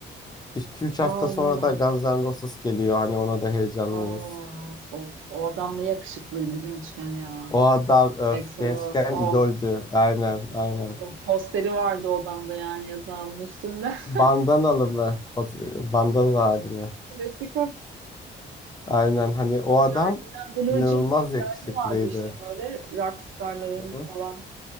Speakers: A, on the left; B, on the right.
A: 2 üç
B: Vallahi.
A: hafta sonra da Guns N' Roses geliyor. Hani ona da heyecanlıyız.
B: Aa, of o adam ne yakışıklıydı gençken ya.
A: O adam öf
B: Axl
A: gençken
B: Rose of
A: idoldü. Aynen aynen.
B: o posteri vardı odamda yani yatağımın üstünde. <laughs>
A: Bandanalı mı? Foto- Bandanalı hali mi?
B: Klasik o.
A: Aynen hani o adam
B: Dergiden Blue
A: inanılmaz
B: Jean diye bir
A: yakışıklıydı.
B: dergi vardı işte böyle rockstarların
A: Hı hı.
B: falan